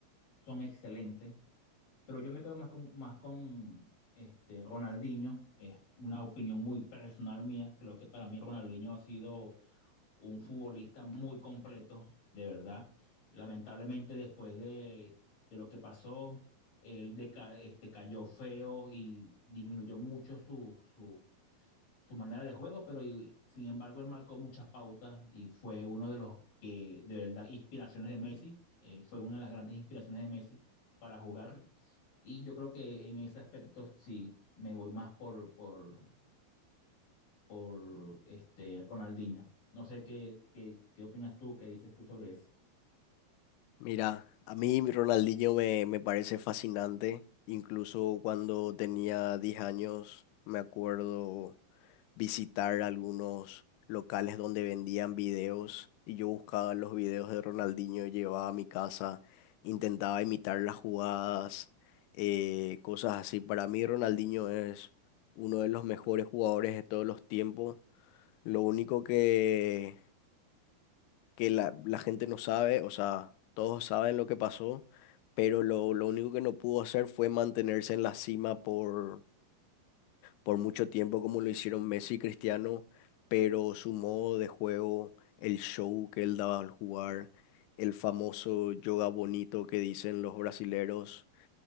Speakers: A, on the left (about 60°); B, on the left (about 85°).
A: son excelentes. Pero yo me quedo más con, más con este, Ronaldinho, es una opinión muy personal mía, creo que para mí Ronaldinho ha sido un futbolista muy completo, de verdad. Lamentablemente después de, de lo que pasó, él deca- este, cayó feo y disminuyó mucho su, su, su manera de juego, pero y- sin embargo él marcó muchas pautas y fue uno de los que, de verdad, inspiraciones de Messi. Él fue una de las grandes inspiraciones de Messi para jugar. Y yo creo que en ese aspecto sí me voy más por, por, por este Ronaldinho. No sé qué, qué, qué opinas tú, qué dices tú sobre eso.
B: Mira, a mí mi Ronaldinho me, me parece fascinante, incluso cuando tenía 10 años, me acuerdo. visitar algunos locales donde vendían videos y yo buscaba los videos de Ronaldinho, llevaba a mi casa, intentaba imitar las jugadas, eh, cosas así. Para mí Ronaldinho es uno de los mejores jugadores de todos los tiempos. Lo único que, que la, la gente no sabe, o sea, todos saben lo que pasó, pero lo, lo único que no pudo hacer fue mantenerse en la cima por por mucho tiempo como lo hicieron Messi y Cristiano, pero su modo de juego, el show que él daba al jugar, el famoso yoga bonito que dicen los brasileros.